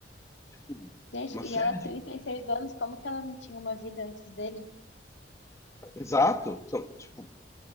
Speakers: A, on the left (about 15°); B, on the left (about 80°).
A: Tipo,
B: Gente,
A: uma
B: e
A: série
B: ela 36
A: de.
B: anos, como que ela não tinha uma vida antes dele?
A: Exato.
B: Tipo,
A: Então, tipo,